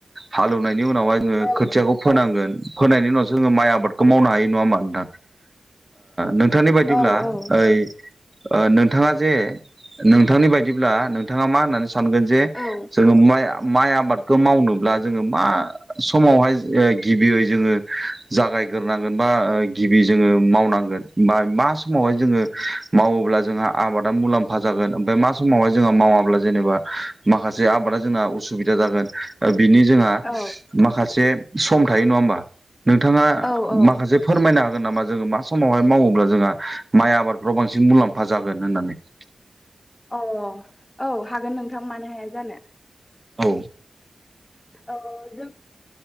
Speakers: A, on the right (about 25°); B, on the left (about 15°).
A: हालौवनाय बेनि उनावहाय जोङो
B: औ
A: खोथियाखौ
B: नोंथां
A: फोनांगोन फोनायनि उनावसोङो माइ आबादखौ मावनो हायो नङा होमा नोंथां ओ नों नोंथांनि बायदिब्ला
B: औ औ
A: ओइ नोंथाङा जे नोंथांनि बायदि बिदिब्ला नोंथाङा मा होननानै सानगोन जे
B: औ
A: जोङो माइ माइ आबादखौ मावनोब्ला जोङो मा समावहाय गिबियै जोङो जागाय गोन बा गिबि जोङो मावनांगोन मा समावहाय जोङो मावोब्ला जों आबादा मलामफा जागोन ओमफ्राय मा समावहाइ जोंहा मावब्ला जेनेबा माखासे आबादा जोंहा सुबिदा जागोन बिनि जोंहा
B: औ
A: माखासे सम थायो नङा होमबा नोंथाङा
B: औ औ
A: माखासे फोरमायना जोन नामा जोङो मा समावहाय मावोब्ला जोंहा माइ आबादफ्राव बांसिन मुलाम्फा जागोन होननानै <unintelligible>
B: औ औ हागोन नोंथां मानो हाया जानो
A: औ।
B: आ जों